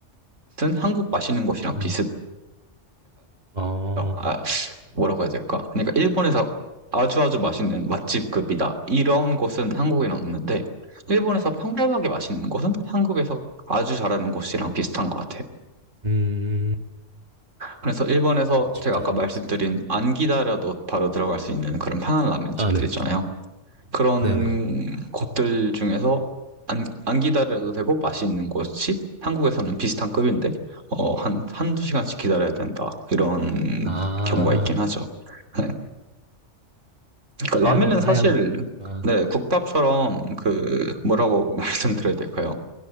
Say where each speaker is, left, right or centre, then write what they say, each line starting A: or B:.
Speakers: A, on the right; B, on the right.
A: 한국 맛있는 곳이랑
B: 음,
A: 비슷해요.
B: 아.
A: 아, 뭐라고 해야 될까? 그러니까 일본에서 아주 아주 맛있는 맛집급이다. 이런 곳은 한국에는 없는데 일본에서 평범하게 맛있는 곳은 한국에서 아주 잘하는 곳이랑 비슷한 것 같아요.
B: 음,
A: 그래서 일본에서
B: 한번 직접
A: 제가 아까
B: 가보겠습니다.
A: 말씀드린 안 기다려도 바로 들어갈 수 있는 그런 편한 라멘 집들
B: 아, 네.
A: 있잖아요. 그런
B: 네네.
A: 곳들 중에서 안, 안 기다려도 되고 맛이 있는 곳이 한국에서는 비슷한 급인데 어, 한, 한두 시간씩 기다려야 된다. 이런
B: 아,
A: 경우가 있긴 하죠. <laughs> 네. 그러니까
B: 하향,
A: 라면은
B: 하향.
A: 사실
B: 아,
A: 네, 국밥처럼 그 뭐라고 <laughs> 말씀드려야 될까요?